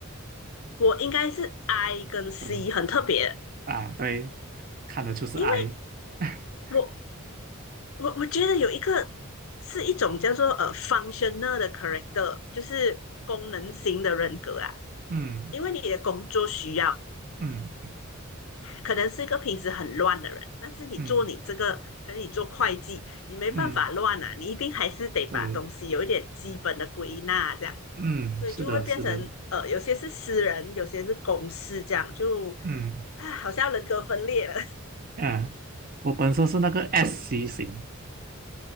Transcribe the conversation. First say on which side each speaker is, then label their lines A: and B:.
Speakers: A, on the left; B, on the right.
A: 我应该是 I 跟 C
B: 对
A: 很特别，
B: 啊，对，看得出是
A: 因为
B: I，<laughs>
A: 我我我觉得有一个是一种叫做呃 functional 的 character，就是功能型的人格啊。
B: 嗯
A: 因为你的工作需要，
B: 嗯
A: 可能是一个平时很乱的人，但是你做你这个，
B: 嗯
A: 可能你做会计，你没办法乱啊，
B: 嗯，
A: 你一定还是得把东西有一点基本的归纳这样，
B: 对，嗯，
A: 所以就会变成呃，
B: 是的，是的，
A: 有些是私人，有些是公事这样，就
B: 嗯
A: 啊，好像人格分裂了。
B: 啊，我本身是那个 SC 型